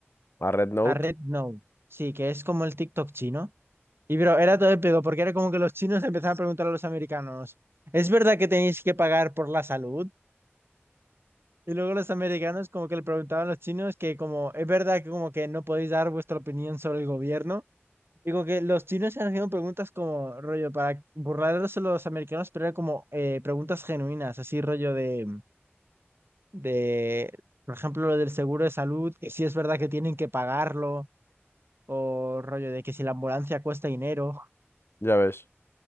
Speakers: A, on the left; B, on the right.
A: A Red Note,
B: a RedNote, sí, que es como el TikTok chino. Y pero era todo épico, porque era como que los chinos empezaban a preguntar a los americanos, ¿es verdad que tenéis que pagar por la salud? Y luego los americanos como que le preguntaban a los chinos que como, ¿es verdad que como que no podéis dar vuestra opinión sobre el gobierno? Digo que los chinos se han haciendo preguntas como rollo para burlarlos a los americanos, pero era como eh, preguntas genuinas, así rollo de, de, por ejemplo, lo del seguro de salud, que si es verdad que tienen que pagarlo, o rollo de que si la ambulancia cuesta dinero.
A: ya ves.